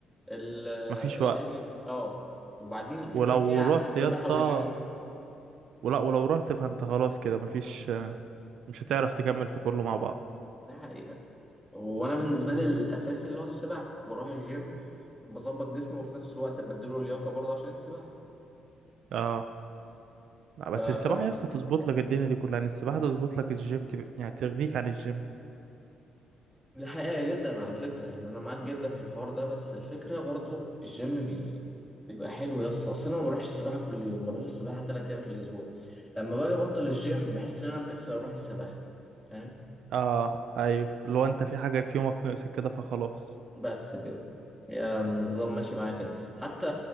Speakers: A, in the centre; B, on the right.
A: ال
B: مفيش
A: الام
B: وقت
A: اه ال MMA اه وبعدين الام
B: ولو
A: ام اي عكس
B: رحت
A: السباحه
B: يا اسطى
A: والجيم اصلا
B: ولا ولو رحت فانت خلاص كده مفيش مش هتعرف تكمل في كله مع بعض
A: ده حقيقة. وانا بالنسبه لي الاساسي اللي هو السباحه بروح الجيم بظبط جسمي وفي نفس الوقت بديله لياقه برضه عشان السباحه
B: اه لا
A: فبس
B: بس السباحة يا اسطى تظبط لك الدنيا دي كلها يعني السباحة تظبط لك الجيم تب... يعني تغنيك عن الجيم
A: دي حقيقه جدا على فكره يعني انا معاك جدا في الحوار ده بس الفكره برضه الجيم بي... بيبقى حلو يا اسطى اصل انا ما بروحش السباحه كل يوم بروح السباحه ثلاث ايام في الاسبوع لما باجي ابطل الجيم بحس ان انا مكسل اروح السباحه فاهم؟
B: اه ايوه لو انت في حاجة في يومك ناقصك كده فخلاص
A: بس كده يعني النظام ماشي معايا كده حتى